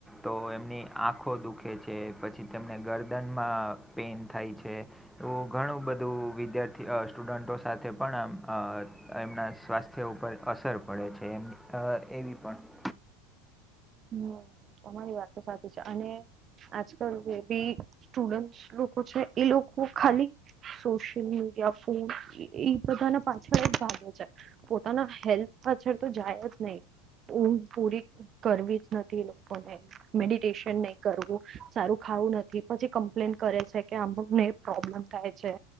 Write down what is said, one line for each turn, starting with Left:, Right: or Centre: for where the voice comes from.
Centre: તો એમની આંખો દુખે છે, પછી તેમને ગરદનમાં પેન થાય છે. એવું ઘણું બધું વિદ્યાર્થી સ્ટુડન્ટો સાથે પણ આમ એમના સ્વાસ્થ્ય ઉપર અસર પડે છે એમ એવી પણ
Right: હમ્મ, તમારી વાત તો સાચી છે, અને આજકાલ જે બી સ્ટુડન્ટસ લોકો છે, એ લોકો ખાલી સોશિયલ મીડિયા, ફોન ઈ બધાના પાછળ જ ભાગે છે. પોતાના હેલ્થ પાછળ તો જાય જ નહીં, ઊંઘ પૂરી કરવી નથી લોકોને, મેડિટેશન નહીં કરવું સારું ખાવું નથી, પછી કમ્પ્લેન કરે છે કે અમને પ્રોબ્લેમ થાય છે.